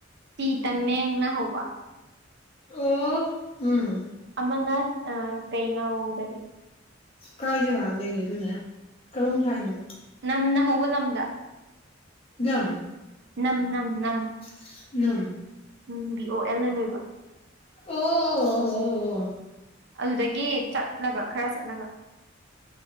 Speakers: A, on the right; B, on the left.
A: ꯇꯤ ꯇꯥꯝꯃꯦꯡꯅ ꯍꯧꯕ
B: ꯑꯣ ꯎꯝ
A: ꯑꯃꯃꯅ ꯑ ꯀꯩꯅꯩꯅ ꯍꯎꯗꯒꯤ
B: ꯀꯥꯏ ꯖꯒꯥ ꯂꯩꯒꯦꯗꯨꯅꯦ ꯀꯔꯣꯝ ꯁ ꯍꯥꯏꯅꯣ
A: ꯅꯝꯅ ꯍꯧꯕ ꯂꯝꯗ
B: <unintelligible>
A: ꯅꯪ ꯅꯪ ꯅꯪ
B: <unintelligible>
A: ꯎꯝ ꯕꯤ ꯑꯣ ꯑꯦꯜ ꯑꯦꯦꯟ ꯑꯣꯏꯕ
B: <unintelligible>
A: ꯑꯗꯨꯗꯒꯤ ꯆꯠꯂꯒ ꯈꯔ ꯆꯠꯂꯒ